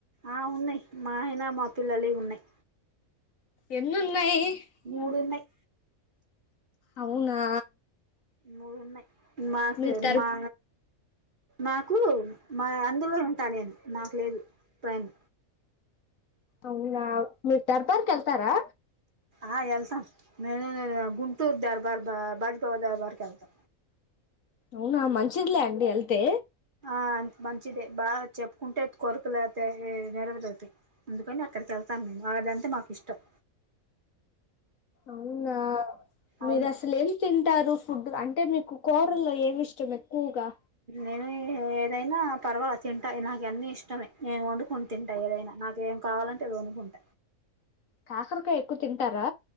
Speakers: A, on the right; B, on the left.
A: ఆ ఉన్నాయి మా ఆయన మా పిల్లలవి ఉన్నాయ్
B: ఎన్ని ఉన్నాయ్
A: మూడు
B: మూడున్నాయ్
A: ఉన్నాయి
B: అవునా
A: మూడు ఉన్నాయి మాకు
B: మీరు దర్
A: మా నాకు మా అందులో ఉంటా నేను నాకు లేదు ప్రైమ్
B: అవునా మీ దర్బార్ కెల్తారా
A: ఆ ఎల్తా నేనా గుంటూర్ దర్బార్ బా బాజ్పవ దర్బార్ కెళ్తా
B: అవునా మంచిదిలే అండి వెళ్తే
A: ఆ అంత మంచిదే బాగ చెప్పుకుంటే కొరికలు నెరవేరుగుతాయి అందుకని అక్కడికి వెళ్తాం మేము అదంతే మాకు ఇష్టం
B: అవునా మీరు
A: అవును
B: అసలు ఏం తింటారు ఫుడ్ గానీ అంటే మీకు కూరల్లో ఏమి ఇష్టం ఎక్కువగా
A: నేను ఏదైనా పర్వాల తింటా నాకు అన్నీ ఇష్టమే నేను వండు కొని తింటా ఏదైనా నాకేం కావాలన్ వన్డుకుంట
B: కాకరకాయ ఎక్కువ తింటారా